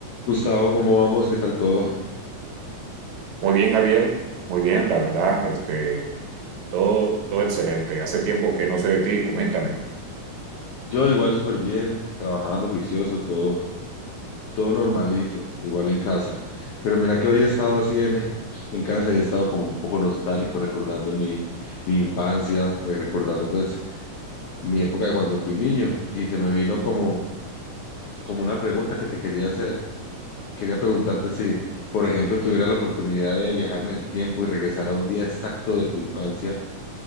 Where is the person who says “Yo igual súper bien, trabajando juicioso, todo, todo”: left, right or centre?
Left